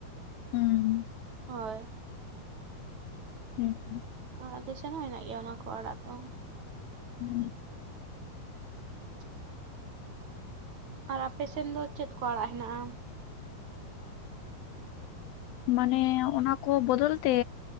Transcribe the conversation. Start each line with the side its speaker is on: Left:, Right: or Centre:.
Left: ᱦᱩᱸ
Right: ᱦᱳᱭ
Left: ᱦᱩᱸ ᱦᱩᱸ
Right: ᱟᱨ ᱟᱞᱮ ᱥᱮᱱ ᱦᱚᱸ ᱦᱮᱱᱟᱜ ᱜᱮᱭᱟ ᱚᱱᱟ ᱠᱚ ᱟᱲᱟᱜ ᱫᱚ
Left: ᱦᱩᱸ
Right: <unintelligible> ᱟᱨ ᱟᱯᱮ ᱥᱮᱱ ᱫᱚ ᱪᱮᱫ ᱠᱚ ᱟᱲᱟᱜ ᱦᱮᱱᱟᱜᱼᱟ?
Left: ᱢᱟᱱᱮ ᱚᱱᱟ ᱠᱚ ᱵᱚᱫᱚᱞ ᱛᱮ